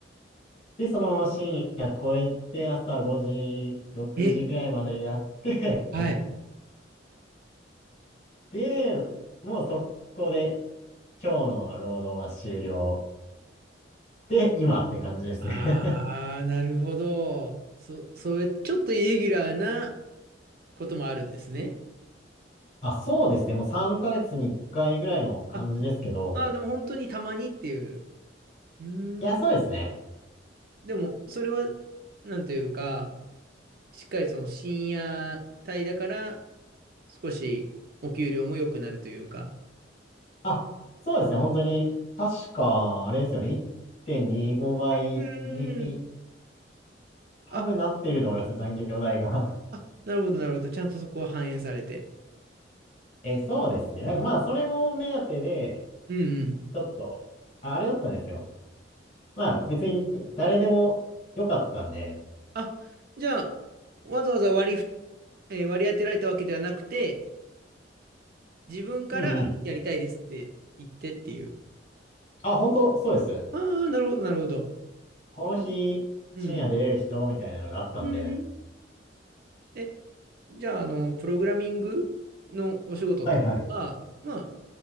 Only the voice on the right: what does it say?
え、はい。
ああ、
なるほど。そ、それ、ちょっとイレギュラーなこともあるんですね。
あ、あー、でも本当にたまにっていう。うーん。
でも、それは、なんというか、しっかりその深夜帯だから、少しお給料も良くなるというか。
うーん。
あ、
あ、なるほど、なるほど。ちゃんとそこは反映されて。
うん
うんうん。
あ、じゃあ、わざわざ割りふ、えー割り当てられたわけではなくて、自分からやりたいですって言ってっていう。
ああ、なるほど、なるほど。
うん。
うん。え、じゃあ、あの、プログラミングのお仕事ってことは、
まあ、